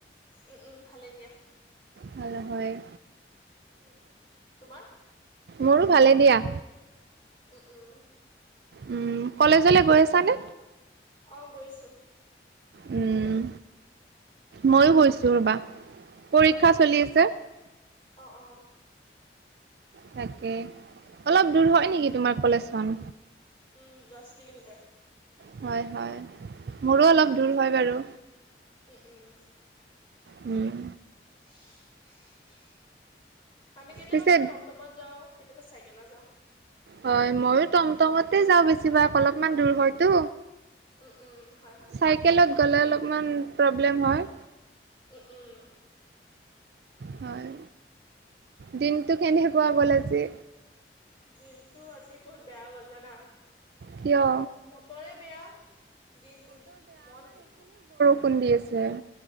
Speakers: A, on the left; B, on the right.
A: উম উম, ভালেই দিয়া।
B: ভাল নহয়।
A: উম, তোমাৰ?
B: মোৰো ভালে দিয়া।
A: উ উম।
B: উম, কলেজলে গৈ আছানে?
A: অ গৈছো।
B: উম,
A: তুমি?
B: ময়ো গৈছো ৰ'বা। পৰীক্ষা
A: অ অ,
B: চলি আছে
A: অ অ।
B: তাকে, অলপ দূৰ হয় নেকি তোমাৰ কলেজখন?
A: উম, দছ কিলোমিটাৰ।
B: হয় হয়, মোৰো অলপ দূৰ হয় বাৰু।
A: উ উম।
B: উম।
A: <unintelligible> আমি কেতিয়াবাৰ
B: পিছে
A: টমটমত যাওঁ কেতিয়াবা চাইকেলত যাওঁ।
B: হয় মইয়ো টমটমতে যাওঁ বেছিভাগ অলপমান দূৰ হয়তো।
A: উম উম হয় হয়।
B: চাইকেলত গ'লে অলপমান প্ৰব্লেম হয়।
A: উম উম।
B: হয় দিনটো কেনেকুৱা গ'ল আজি?
A: দিনতটো আজি বহুত বেয়া গল জানা।
B: কিয়
A: বতৰে বেয়া দিন ওম মন।
B: খুন্দি আছে।